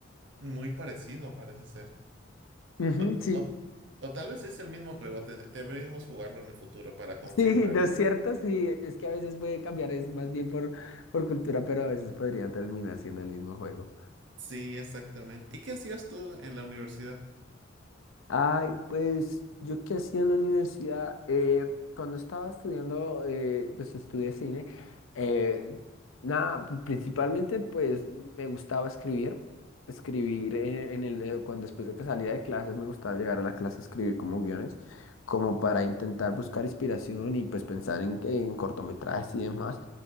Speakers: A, on the right (about 65°); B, on the left (about 85°).
A: Muy parecido parece ser.
B: Ujú,
A: O,
B: sí.
A: o- o tal vez es el mismo juego, te- deberíamos jugarlo en el futuro para confirmar.
B: Sí, no es cierto, sí, es que a veces puede cambiar, es más bien por, por cultura, pero a veces podría terminar siendo el mismo juego.
A: Sí, exactamente. ¿Y qué hacías tú en la universidad?
B: Ay, pues yo qué hacía en la universidad, Eh, cuando estaba estudiando, eh, pues estudié cine, eh, nada, pri- principalmente pues me gustaba escribir, escribir eh, en, el, eh, cuando después de que salía de clases me gustaba llegar a la clase a escribir como guiones, como para intentar buscar inspiración y pues pensar en, en cortometrajes y demás.